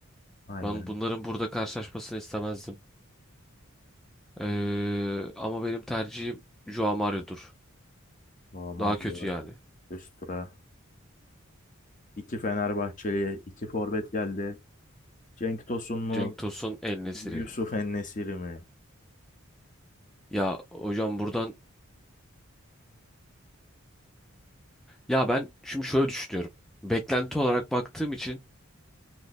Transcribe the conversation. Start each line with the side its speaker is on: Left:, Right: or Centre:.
Left: Aynen
Centre: Ben bunların burada karşılaşmasını istemezdim. Ee, ama benim tercihim Joao Mario'dur.
Left: Joe Mario
Centre: Daha kötü yani.
Left: üst tura. İki Fenerbahçeli'ye iki forvet geldi. Cenk Tosun mu
Centre: Cenk Tosun, El Nesiri.
Left: Yusuf En-Nesyri mi?
Centre: Ya hocam buradan ya ben şimdi şöyle düşünüyorum. Beklenti olarak baktığım için